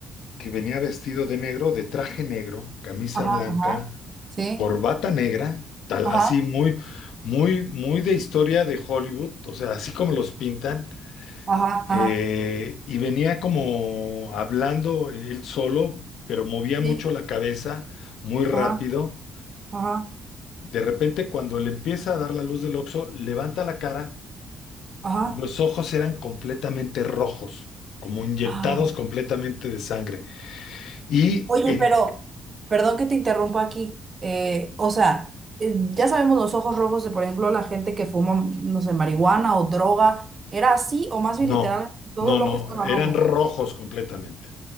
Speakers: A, on the left; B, on the right.
A: que venía vestido de negro, de traje negro, camisa
B: Ajá.
A: blanca,
B: Ajá. Sí.
A: corbata negra, tal,
B: Ajá.
A: así muy, muy, muy de historia de Hollywood, o sea, así como los pintan,
B: Ajá,
A: eh,
B: ajá,
A: y venía como hablando él solo, pero movía
B: sí,
A: mucho la cabeza, muy rápido.
B: ajá, ajá,
A: De repente, cuando le empieza a dar la luz del oxo levanta la cara
B: ajá.
A: Y los ojos eran completamente rojos, como inyectados
B: Ah,
A: completamente de sangre. Y
B: Oye,
A: en...
B: pero, perdón que te interrumpa aquí. eh, o sea, eh, ya sabemos los ojos rojos de, por ejemplo, la gente que fuma, no sé, marihuana o droga. ¿Era así o más
A: no,
B: bien literalmente todo
A: no,
B: el
A: no,
B: ojo estaba
A: eran
B: rojo?
A: rojos completamente.